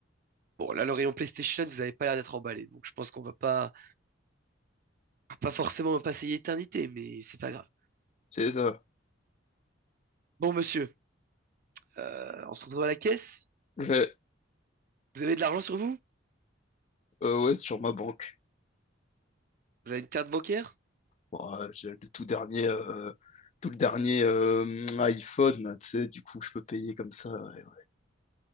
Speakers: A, on the right (about 45°); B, on the left (about 35°).
A: Bon, là, le rayon PlayStation, vous n'avez pas l'air d'être emballé, donc je pense qu'on va pas, on va pas forcément passer l'éternité, mais c'est pas grave.
B: C'est ça.
A: Bon, monsieur, euh, on se retrouve à la caisse.
B: Je fais,
A: Vous avez de l'argent sur vous?
B: euh, ouais, c'est sur ma banque.
A: Vous avez une carte bancaire?
B: Ouais, j'ai le tout dernier, euh, tout le dernier euh, iPhone, là, tu sais, du coup, je peux payer comme ça. ouais, ouais.